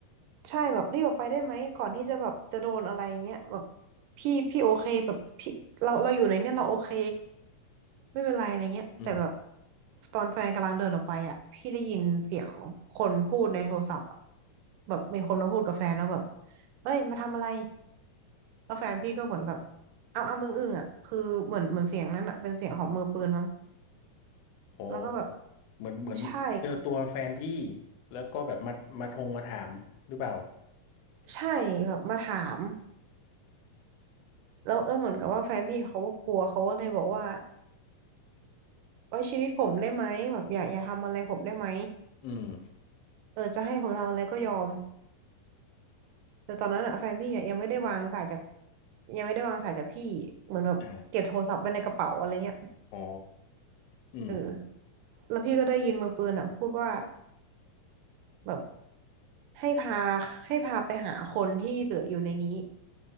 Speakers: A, on the right; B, on the left.
A: ใช่แบบรีบออกไปได้ไหมก่อนที่จะแบบจะโดนอะไรเงี้ยแบบพี่พี่โอเคแบบพี่เราเราอยู่ในเนี่ยเราโอเคไม่เป็นไรอะไรเงี้ยแต่แบบ
B: อืม
A: ตอนแฟนกำลังเดินออกไปอ่ะพี่ได้ยินเสียงคนพูดในโทรศัพท์อ่ะแบบมีคนมาพูดกับแฟนแล้วแบบเอ้ยมาทำอะไร แล้วแฟนพี่ก็เหมือนแบบเอาเอามึงอึ้งอ่ะคือเหมือนเหมือนเสียงนั้นอ่ะเป็นเสียงของมือปืนมั้ง
B: อ๋อ
A: แล้วก็แบบ
B: เหมือนเหมือนเจอตัวแฟนพี่
A: ใช่
B: แล้วก็แบบมามาทงมาถามหรือเปล่า
A: ใช่แบบมาถามแล้วแล้วเหมือนกับว่าแฟนพี่เขาก็กลัวเขาก็เลยบอกว่าไว้ชีวิตผมได้ไหมแบบอย่าอย่าทำอะไรผมได้ไหม
B: อืม
A: เออจะให้ผมทำอะไรก็ยอมแต่ตอนนั้นอ่ะแฟนพี่อะยังไม่ได้วางสายจากยังไม่ได้วางสายจากพี่เหมือนแบบเก็บโทรศัพท์ไว้ในกระเป๋าอะไรเงี้ย
B: อ่าอ๋ออืม
A: เออแล้วพี่ก็ได้ยินมือปืนอ่ะพูดว่าแบบ ให้พาให้พาไปหาคนที่เหลืออยู่ในนี้